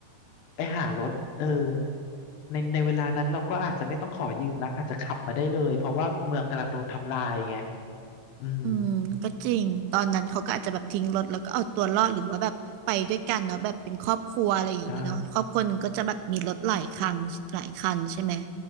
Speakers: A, on the left; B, on the right.
A: ไปหารถเออในในเวลานั้นเราก็อาจจะไม่ต้องขอยืมละอาจจะขับมาได้เลยเพราะว่าเมืองกำลังโดนทำลายไงอืม
B: อืมก็จริง ตอนนั้นเขาก็อาจจะแบบทิ้งรถแล้วก็เอาตัวรอดหรือว่าแบบไปด้วยกันเนาะแบบเป็นครอบครัวอะไรอย่างนี้เนาะครอบครัวหนึ่งก็จะแบบมีรถหลายคันหลายคันใช่ไหม
A: ใช่